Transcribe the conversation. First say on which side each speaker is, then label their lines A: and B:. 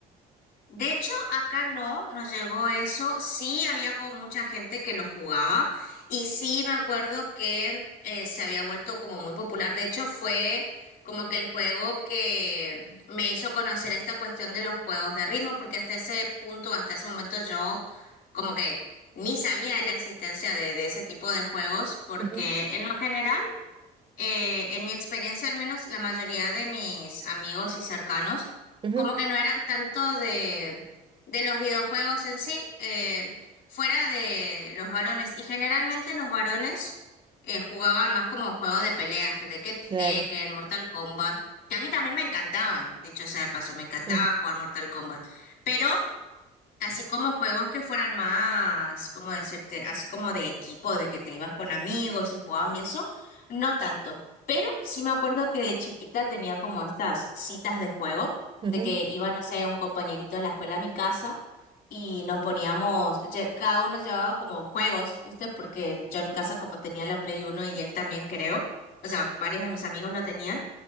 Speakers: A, on the left; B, on the right.
A: De hecho, acá no nos llegó eso. Sí, había como mucha gente que lo jugaba y sí me acuerdo que eh, se había vuelto como muy popular. De hecho, fue como que el juego que me hizo conocer esta cuestión de los juegos de ritmo, porque hasta ese punto, hasta ese momento yo como que ni sabía de la existencia de, de ese tipo de juegos, porque
B: Ujú,
A: en lo general eh, en mi experiencia al menos, la mayoría de mis amigos y cercanos,
B: ujú,
A: como que no eran tanto de, de los videojuegos en sí, eh, fuera de los varones. Y generalmente los varones eh, jugaban más como juego de peleas, que de que Tekken,
B: claro.
A: Mortal Kombat, que a mí también me encantaban, dicho sea de paso, me encantaba
B: ujú,
A: jugar Mortal Kombat. Pero Así como juegos que fueran más, ¿cómo decirte? Así como de equipo, de que te ibas con amigos y jugabas y eso, no tanto. Pero sí me acuerdo que de chiquita tenía como estas citas de juego,
B: ujú.
A: de que iba, no sé, un compañerito de la escuela a mi casa y nos poníamos, lle- cada uno llevaba como juegos, ¿viste? Porque yo en casa como tenía la Play Uno y él también creo, o sea, varios de mis amigos lo tenían